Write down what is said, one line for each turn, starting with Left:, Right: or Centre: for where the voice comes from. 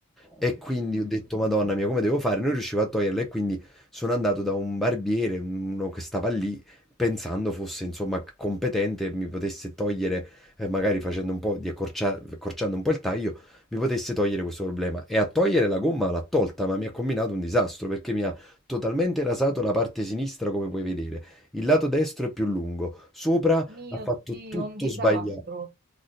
Centre: E quindi
Right: Mm,
Centre: ho detto, Madonna mia, come devo fare? Non riuscivo a toglierla e quindi sono andato da un barbiere, uno che stava lì, pensando fosse, insomma, competente e mi potesse togliere eh, magari facendo un po' di accorcia- accorciando un po' il taglio, mi potesse togliere questo problema. E a togliere la gomma l'ha tolta, ma mi ha combinato un disastro perché mi ha totalmente rasato la parte sinistra, come puoi vedere. Il lato destro è più lungo, sopra
Right: mio
Centre: ha fatto
Right: Dio,
Centre: tutto
Right: un disastro.
Centre: sbagliato.